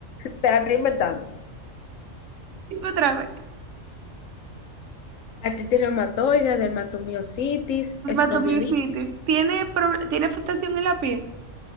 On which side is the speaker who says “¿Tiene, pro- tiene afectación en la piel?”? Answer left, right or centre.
Right